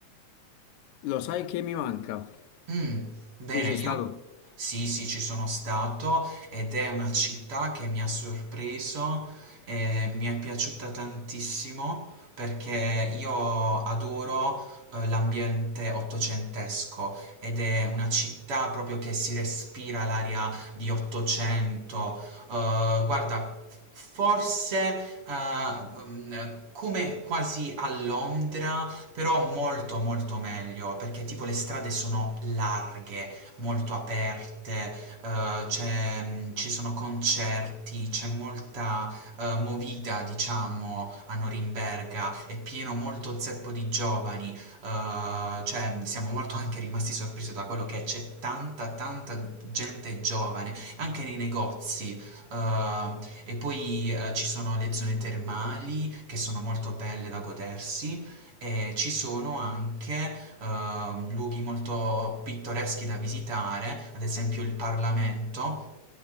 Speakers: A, on the left; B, on the right.
A: lo sai che mi manca?
B: Mm, bene,
A: Tu ci sei
B: io
A: stato?
B: sì, sì, ci sono stato ed è una città che mi ha sorpreso e mi è piaciuta tantissimo perché io adoro eh, l'ambiente ottocentesco ed è una città proprio che si respira l'aria di Ottocento. Eh, guarda, forse eh, mm, come quasi a Londra però molto molto meglio perché tipo le strade sono larghe, molto aperte, eh, c'è- mm, ci sono concerti, c'è molta eh, movida diciamo a Norimberga, è pieno molto zeppo di giovani, eh, cioè mm, siamo molto anche rimasti sorpresi da quello che c'è tanta tanta gente giovane, anche nei negozi. eh, e poi eh, ci sono le zone termali che sono molto belle da godersi, e ci sono anche eh, luoghi molto pittoreschi da visitare, ad esempio il Parlamento,